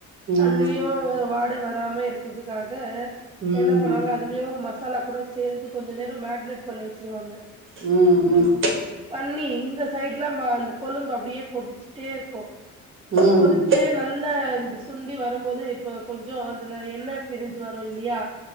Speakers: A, on the right; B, on the right.
A: அதுலயு
B: ஆ
A: ஒரு வா த்த வராம இருக்கிறதுக்காக
B: ம்
A: என்ன பண்ணுவாங்க அதுலியு மசாலா கூட சேந்து கொஞ்சோ நேரோ மேக்னெட் பண்ணிவச்சுருவாங்க
B: ம் ம்
A: பண்ணி இந்த சைடு்ல்லா அந்த கொழும்பு அப்பிடியே கொதிச்சிட்டே இருக்கு
B: ம்
A: கொதிச்சிட்டே நல்ல சுண்டி வருபோது இப்ப கொஞ்சோ அதுல என்ன பிரிஞ்சு வரு இல்லியா